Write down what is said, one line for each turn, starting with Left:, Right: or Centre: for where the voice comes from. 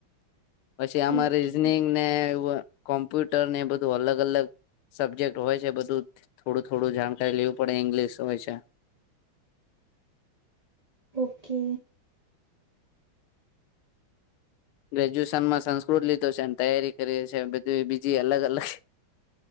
Left: પછી આમાં
Right: ઓકે
Left: રીઝનિંગ ને એવું કોમ્પ્યુટર ને એ બધું અલગ અલગ, સબ્જેક્ટ હોય છે બધું થોડું થોડું જાણકારી લેવું પડે, ઇંગ્લિશ હોય છે.
Right: ઓ કે.
Left: ગ્રેજ્યુએશન માં સંસ્કૃત લીધો છેને તૈયારી કરીએ છે બધી બીજી અલગ અલગ.